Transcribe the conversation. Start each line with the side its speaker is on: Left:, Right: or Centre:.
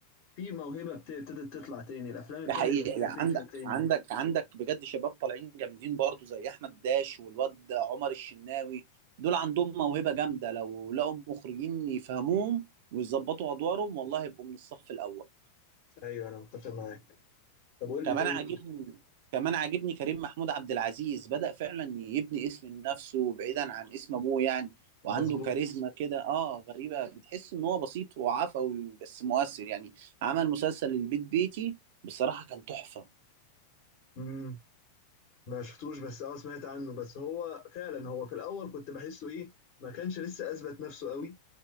Left: في موهبة بت- ابتدت تطلع تاني الافلام ابتدى
Right: ده حقيقة
Left: يبقى فيها
Right: يعني
Left: فكرة
Right: عندك
Left: تاني
Right: عندك عندك بجد شباب طالعين جامدين برضو زي احمد داش والواد عمر الشناوي دول عندهم موهبة جامدة لو لقوا مخرجين يفهموهم ويظبطوا ادوارهم والله يبقوا من الصف الاول
Left: ايوه انا متفق معاك طب قول
Right: كمان
Left: لي تاني
Right: عاجبني كمان عاجبني كريم محمود عبد العزيز بدأ فعلا يبني اسم لنفسه بعيدا عن اسم ابوه يعني
Left: مظبوط
Right: وعنده كاريزما كده اه غريبة بتحس ان هو بسيط وعفوي بس مؤثر يعني عمل مسلسل البيت بيتي بصراحة كان تحفة
Left: امم ما شفتوش بس اه سمعت عنه بس هو فعلا هو في الاول كنت بحسه ايه ما كانش لسه اثبت نفسه قوي